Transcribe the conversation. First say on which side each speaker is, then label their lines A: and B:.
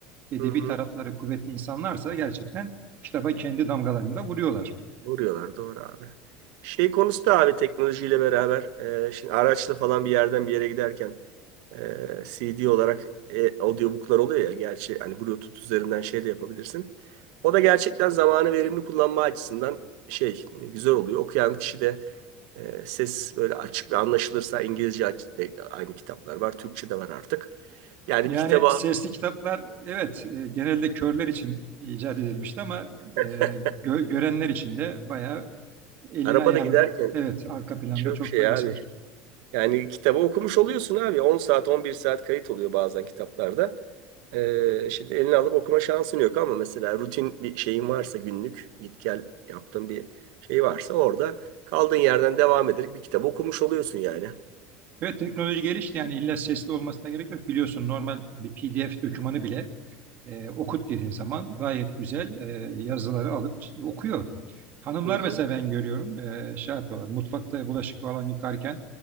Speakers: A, on the right; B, on the right.
A: edebi
B: Hı hı.
A: tarafları kuvvetli insanlarsa gerçekten kitaba kendi damgalarını da vuruyorlar.
B: Vuruyorlar doğru abi. Şey konusu da abi teknolojiyle beraber e, şimdi araçla falan bir yerden bir yere giderken e, CD olarak e, audiobooklar oluyor ya gerçi hani Bluetooth üzerinden şey de yapabilirsin. O da gerçekten zamanı verimli kullanma açısından şey güzel oluyor. Okuyan kişi de e, ses böyle açık ve anlaşılırsa İngilizce aç- de aynı kitaplar var. Türkçe de var artık. Yani
A: Yani
B: bir kitaba
A: sesli kitaplar evet e, genelde körler için icat edilmişti ama e,
B: <laughs>
A: gö- görenler için de bayağı elini
B: arabada
A: ayağını
B: giderken
A: evet arka planda
B: çok
A: çok
B: şey
A: faydası
B: abi
A: var.
B: Yani kitabı okumuş oluyorsun abi. 10 saat 11 saat kayıt oluyor bazen kitaplarda. Ee, şimdi eline alıp okuma şansın yok ama mesela rutin bir şeyin varsa günlük git gel yaptığın bir şey varsa orada kaldığın yerden devam ederek bir kitabı okumuş oluyorsun yani.
A: Evet teknoloji gelişti yani illa sesli olmasına gerek yok. Biliyorsun normal bir PDF dokümanı bile e, okut dediğin zaman gayet güzel e, yazıları alıp okuyor. Hanımlar
B: Hı hı.
A: mesela ben görüyorum e, şey yapıyorlar mutfakta bulaşık falan yıkarken